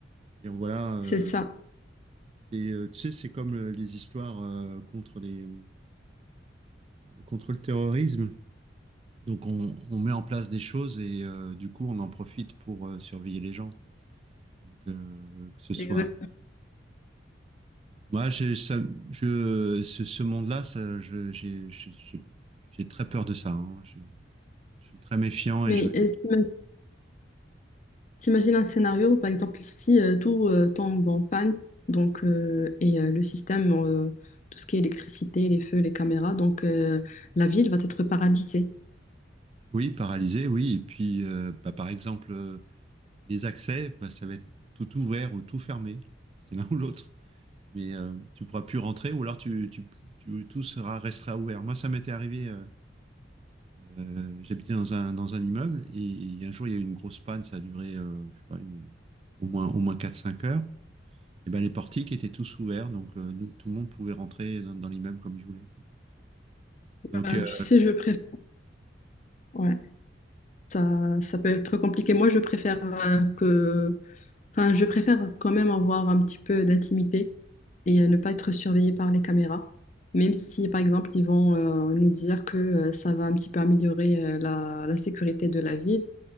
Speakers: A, on the right (about 30°); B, on the left (about 40°).
A: Dire voilà, euh,
B: C'est ça.
A: et, euh, tu sais, c'est comme euh, les histoires euh, contre les, contre le terrorisme. Donc on, on met en place des choses et euh, du coup on en profite pour euh, surveiller les gens. Donc euh, que ce
B: C'est
A: soit
B: exact.
A: moi j'ai- ça- je ce, ce monde-là ça je j'ai j'ai j'ai- j'ai très peur de ça. hein. Je, je suis très méfiant
B: Mais
A: et je me
B: euh, t'ima- t'imagines un scénario, par exemple, si euh, tout euh, tombe en panne, donc, euh, et euh, le système, euh, tout ce qui est électricité, les feux, les caméras, donc euh, la ville va être paralysée.
A: oui paralysé oui et puis euh, bah, par exemple euh, les accès bah, ça va être tout ouvert ou tout fermé c'est <laughs> l'un ou l'autre. Mais euh, tu pourras plus rentrer ou alors tu tu, tu- tout sera restera ouvert. Moi ça m'était arrivé. euh, Euh, j'habitais dans un, dans un immeuble et, et un jour il y a eu une grosse panne, ça a duré euh, je sais pas, une- au moins, au moins quatre cinq heures. Et ben, les portiques étaient tous ouverts, donc euh, nous, tout le monde pouvait rentrer dans, dans l'immeuble comme il voulait, quoi. Donc,
B: Euh,
A: euh,
B: tu sais, je préfère... Ouais, ça, ça peut être compliqué. Moi, je préfère euh, que... Enfin, je préfère quand même avoir un petit peu d'intimité et euh, ne pas être surveillée par les caméras, même si, par exemple, ils vont euh, nous dire que euh, ça va un petit peu améliorer euh, la, la sécurité de la ville.